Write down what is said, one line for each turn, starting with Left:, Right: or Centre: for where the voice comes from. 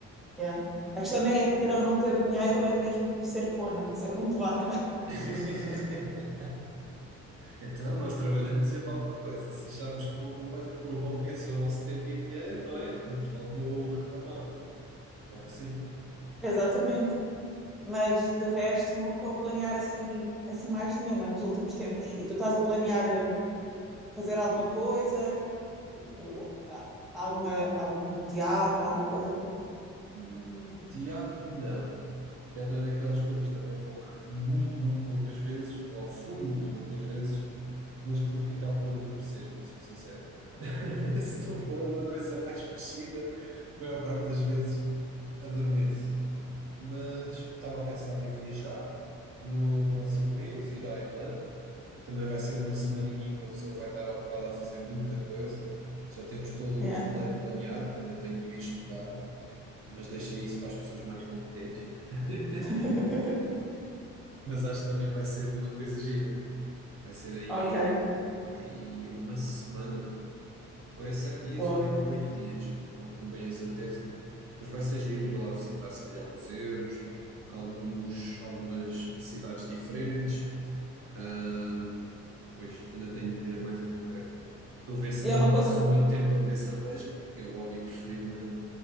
Centre: Yeah. A questão nem é ter ou não ter dinheiro, é mesmo ser fona, ser mão de vaca. <laughs>
Right: <laughs> Então, nós trabalhamos é para alguma coisa. Se acharmos que não compensa, que não compensa o nosso tempo e dinheiro, não é? Vamos logo reclamar. Claro que sim.
Centre: Exatamente. Mas de resto não estou a planear assim, assim mais nenhuma nos últimos tempos. E tu estás a planear eh, fazer alguma coisa, Tipo, a- alguma, algum teatro, alguma coisa?
Right: Hum, Teatro, não. que é outra daquelas coisas, também vou muito, muito poucas vezes, ou fui muito poucas vezes, mas porque acabo por adormecer, para ser sincero. <laughs> Se não for uma coisa mais mexida, a maior parte das vezes adormeço. Mas estava a pensar em viajar no próximo mês, ir à Irlanda. Também vai ser uma semaninha em que uma pessoa vai estar ocupada a fazer muita coisa. Já temos todo
Centre: Yeah.
Right: um roteiro planeado, ainda tenho de o ir estudar, mas deixei isso para as pessoas mais competentes. <laughs>
Centre: <laughs>
Right: Mas acho que também vai ser uma coisa gira. Vai ser aí,
Centre: Ok,
Right: pá, aí uma semana, ou é sete dias
Centre: boa.
Right: ou oito, oito dias, eu não tenho bem a certeza. Mas vai ser giro ir lá visitar, se calhar, museus, alguns, algumas cidades diferentes. Ah, Pois, ainda tenho de ver mais em concreto. Estou a ver se
Centre: E
Right: não
Centre: é uma
Right: passo
Centre: coisa.
Right: o meu tempo a beber cerveja, que é o hobby preferido, não é?